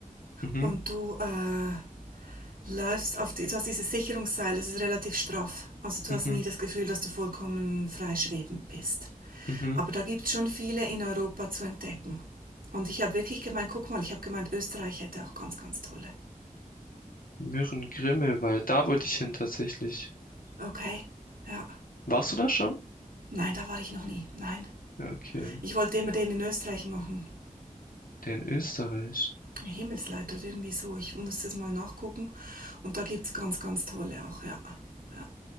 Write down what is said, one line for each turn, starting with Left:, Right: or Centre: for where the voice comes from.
Left: Mhm,
Right: und du äh, läufst auf die, du hast dieses Sicherungsseil, das ist relativ straff. Also du
Left: mhm,
Right: hast nie das Gefühl, dass du vollkommen frei schwebend bist.
Left: mhm.
Right: Aber da gibt es schon viele in Europa zu entdecken. Und ich habe wirklich gemeint, guck mal, ich habe gemeint, Österreich hätte auch ganz, ganz tolle.
Left: Mürren-Grimmelwald, da wollte ich hin tatsächlich.
Right: Okay, ja.
Left: Warst du da schon?
Right: Nein, da war ich noch nie. Nein.
Left: Ja, Okay,
Right: Ich wollte immer den in Österreich machen.
Left: der in Österreich.
Right: Himmelsleid oder irgendwie so. Ich muss das mal nachgucken. Und da gibt es ganz, ganz tolle auch, ja. ja.